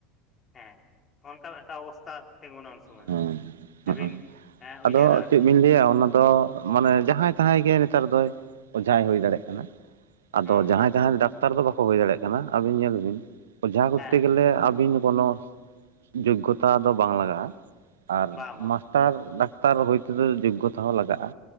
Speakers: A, on the left; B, on the right.
A: ᱦᱮᱸ ᱚᱱᱠᱟ ᱮᱴᱟᱜ ᱚᱵᱚᱥᱛᱟ ᱛᱤᱸᱜᱩᱱᱟ ᱥᱚᱢᱚᱭ
B: ᱦᱮᱸ
A: ᱫᱚ, ᱥᱮᱵᱤᱱ
B: ᱦᱮᱸ
A: ᱮᱸ
B: ᱟᱫᱚ
A: ᱩᱭᱦᱟᱹᱨᱟ ᱟᱨᱠᱤ᱾
B: ᱪᱮᱫ ᱵᱤᱱ ᱞᱟᱹᱭᱟ ᱚᱱᱟ᱾ ᱫᱚ ᱢᱟᱱᱮ ᱡᱟᱦᱟᱸᱭ ᱛᱟᱦᱟᱸᱭ ᱜᱮ ᱱᱮᱛᱟᱨ ᱫᱚᱭ ᱚᱡᱷᱟᱭ ᱦᱩᱭ ᱫᱟᱲᱮᱜ ᱠᱟᱱᱟ᱾ ᱟᱫᱚ
A: ᱦᱩᱸ
B: ᱡᱟᱦᱟᱸᱭ ᱡᱟᱦᱟᱸᱭ ᱰᱟᱠᱛᱟᱨ ᱫᱚ ᱵᱟᱠᱚ ᱦᱩᱭ ᱫᱟᱲᱮᱭᱟᱜ ᱠᱟᱱᱟ, ᱟᱹᱵᱤᱱ ᱧᱮᱞ ᱵᱤᱱ᱾ ᱚᱡᱷᱟ ᱠᱚᱨᱛᱮ
A: ᱦᱮᱸ
B: ᱜᱮᱞᱮ ᱟᱵᱤᱱ ᱫᱚ ᱠᱳᱱᱚ ᱡᱳᱜᱽᱜᱚᱛᱟ ᱫᱚ ᱵᱟᱝ ᱞᱟᱜᱟᱜᱼᱟ᱾ ᱟᱨ
A: ᱵᱟᱝ ᱵᱟᱝ
B: ᱢᱟᱥᱴᱟᱨ ᱰᱟᱠᱛᱟᱨ ᱦᱩᱭ ᱛᱮᱫᱚ ᱡᱳᱜᱜᱚᱛᱟ ᱦᱚᱸ ᱞᱟᱜᱟᱜᱼᱟ᱾